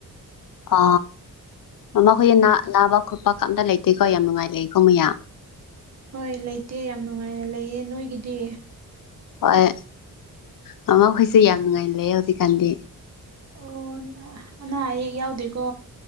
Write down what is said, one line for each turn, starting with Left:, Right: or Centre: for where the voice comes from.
Left: ꯑ ꯃꯃꯥꯈꯣꯏꯅ ꯅꯥ ꯅꯥꯕ ꯈꯣꯠꯄ ꯀꯝꯇ ꯂꯩꯇꯦꯀꯣ ꯌꯥꯝ ꯅꯨꯡꯉꯥꯏ ꯂꯩꯀꯣ ꯃꯌꯥ
Right: ꯍꯣꯏ ꯂꯩꯇꯦ ꯌꯥꯝ ꯅꯨꯡꯉꯥꯏꯅ ꯂꯩꯌꯦ ꯅꯣꯏꯒꯤꯗꯤ
Left: ꯍꯣꯏ ꯃꯃꯥꯈꯣꯏꯁꯦ ꯌꯥꯝ ꯅꯨꯡꯉꯥꯏꯅ ꯂꯩꯌ‌ꯦ ꯍꯧꯖꯤꯛꯀꯥꯟꯗꯤ
Right: ꯑꯣ ꯑ ꯑꯅꯥ ꯑꯌꯦꯛ ꯌꯥꯎꯗꯦꯀꯣ